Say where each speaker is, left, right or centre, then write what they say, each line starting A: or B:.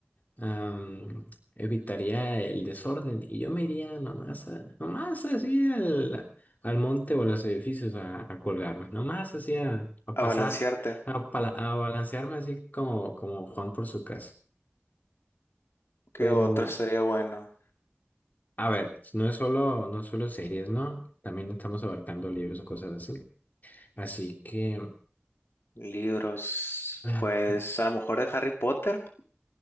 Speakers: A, on the left; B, on the left.
A: am, evitaría el desorden y yo me iría nomás, a- nomás así al, al monte o a los edificios a, a colgarme, nomás así a, a
B: a
A: pasar,
B: balancearte.
A: a, pala- a balancearme así como, como Juan por su casa.
B: ¿Qué
A: Pero,
B: otro estaría bueno?
A: a ver, no es solo, no es solo series, ¿no? También estamos abarcando libros o cosas así. Así que...
B: Libros,
A: <sighs>
B: pues a lo mejor de Harry Potter.